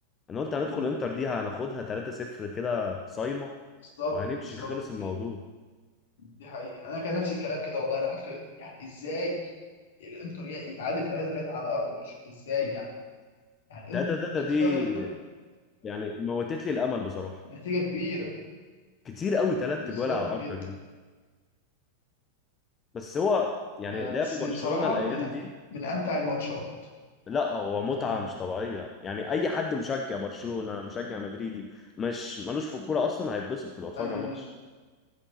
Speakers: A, on the left; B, on the left.
A: انا قلت هندخل
B: مم.
A: انتر دي هناخدها 3-0 كده صايمه
B: بالظبط
A: وهنمشي
B: بالظبط
A: خلص الموضوع
B: كده دي حقيقه انا كان نفس الكلام كده والله انا قلت يعني ازاي الانتر يتعادل 3-3 على ارض برشلونه ازاي يعني يعني الانتر
A: 3-3 دي يعني موتت لي الامل بصراحه
B: نتيجه كبيره
A: كتير قوي تلات
B: بالظبط
A: جوال على ارضك
B: كده
A: دي بس هو يعني
B: آه،
A: لعبوا
B: بس
A: برشلونه
B: بصراحة
A: الايام
B: من
A: دي
B: من أمتع الماتشات
A: لا هو متعة
B: مم.
A: مش طبيعية يعني أي حد مشجع برشلونة مشجع مدريدي مش ملوش في الكورة أصلا هيتبسط لو اتفرج
B: أنا
A: على الماتش